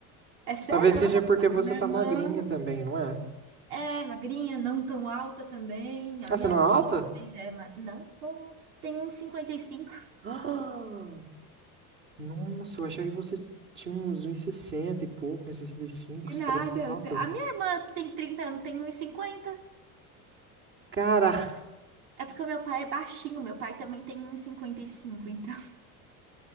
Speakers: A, on the right; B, on the right.
A: É sério?
B: Talvez seja
A: Não, tô...
B: porque você
A: minha
B: tá
A: irmã
B: magrinha também, não é?
A: é magrinha, não tão alta também. A
B: Ah,
A: minha
B: você não
A: avó
B: é alta?
A: também já é ma... Não, sou... Tenho uns 55.
B: <gasps> Ah, nossa, eu achei que você tinha uns 1,60 e sessenta e pouco, um 1,65.
A: Que
B: Você parece
A: nada.
B: ser alta.
A: eu te- A minha irmã que tem 30 anos, tem uns 50.
B: Cara, <laughs>
A: É porque o meu pai é baixinho. Meu pai também tem uns 55. então...